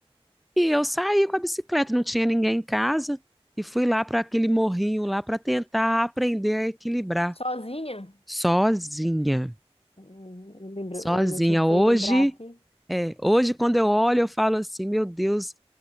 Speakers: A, in the centre; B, on the left.
A: E eu saí com a bicicleta, não tinha ninguém em casa, e fui lá para aquele morrinho lá para tentar aprender a equilibrar
B: Sozinha?
A: sozinha.
B: Hum, Eu lembro,
A: Sozinha.
B: eu me lembro,
A: Hoje,
B: foi lembrar aqui. O
A: é, hoje quando eu olho, eu falo assim, meu Deus,